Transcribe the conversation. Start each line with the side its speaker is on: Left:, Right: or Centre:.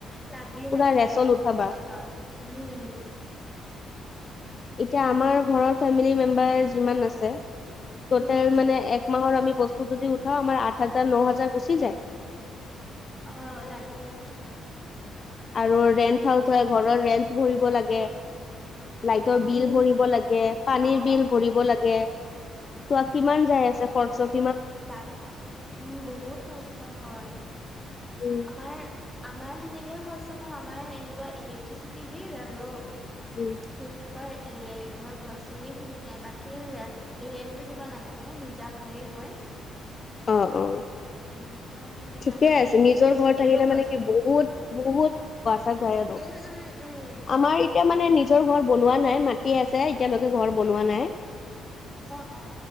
Centre: লাগেই
Left: পুৰা
Centre: লাগে
Left: ৰেচন উঠাবা
Centre: ঘৰখনৰ, উম।
Left: এতিয়া আমাৰ ঘৰৰ ফেমিলি মেম্বাৰ যিমান আছে টোটেল
Centre: উম উম
Left: মানে এক মাহৰ আমি বস্তু যদি উঠাও আমাৰ আঠ হাজাৰ ন হাজাৰ গুচি যায়।
Centre: অ, লাগে লাগে।
Left: আৰু ৰেন্ট হাউচ হয়, ঘৰৰ ৰেন্ট ভৰিব লাগে। লাইটৰ বিল
Centre: উম
Left: ভৰিব লাগে, পানীৰ
Centre: অ
Left: বিল
Centre: অ
Left: ভৰিব লাগে, চোৱা কিমান যায় আছে। হোৱাটছএপ।
Centre: লাগে উম, বহুত খৰচা হয়,
Left: উম
Centre: আমাৰ আমাৰ সেনেকে খৰচা নহয় আমাৰ এনেকুৱা ইলেক্ট্ৰিচিটি বিল আৰু।
Left: উম
Centre: সেই কি কয় কি কয় গ্ৰচৰী খিনিয়ে বাকী ৰেট ৰেন্টটো দিব নালাগে নিজা ঘৰে হয়। হয়।
Left: অ, অ,
Centre: উম তই সেইখিনি
Left: ঠিকে
Centre: নালাগে
Left: আছে
Centre: ইলেক্ট্ৰিচিটি
Left: নিজৰ ঘৰত থাকিলে
Centre: আৰু গ্ৰচাৰী
Left: মানে কি বহুত
Centre: খিনি
Left: বহুত বছা যায় আৰু
Centre: উম উম উম।
Left: আমাৰ এতিয়া মানে নিজৰ ঘৰ বনোৱা নাই মাি আছে এতিয়ালৈকে ঘৰ বনোৱা নাই।
Centre: অ', অ'